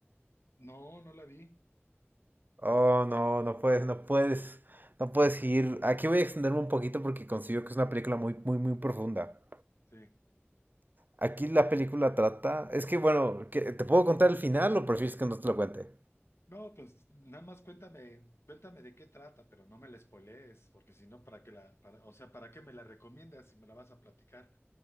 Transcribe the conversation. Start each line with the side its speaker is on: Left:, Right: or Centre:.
Left: No, no la vi.
Right: Oh, no, no puedes, no puedes, no puedes ir. Aquí voy a extenderme un poquito porque considero que es una película muy, muy, muy profunda.
Left: Sí.
Right: Aquí la película trata, es que bueno, ¿qué- ¿te puedo contar el final o prefieres que no te lo cuente?
Left: No, pues nada más cuéntame, cuéntame de qué trata, pero no me la spoilees, porque si no, ¿para qué la, para, o sea, ¿para qué me la recomiendas si me la vas a platicar?